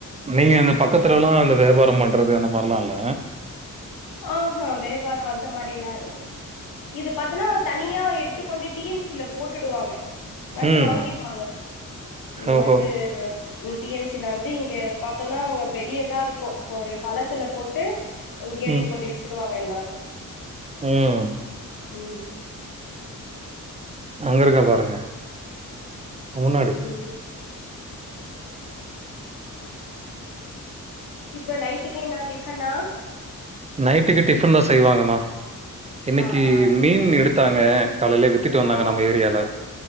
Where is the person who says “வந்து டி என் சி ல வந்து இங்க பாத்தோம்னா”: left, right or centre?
Left